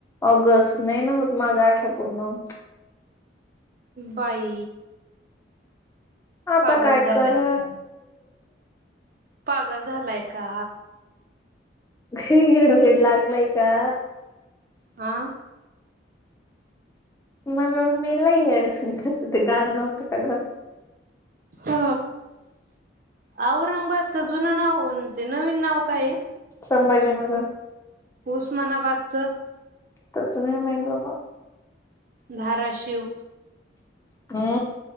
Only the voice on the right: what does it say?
बाई
पागल
झालाय
का? पागल झालाय का
हा
अ औरंगाबादच जुन नाव ते नवीन नाव काय ये
उस्मानाबादचं
धाराशिव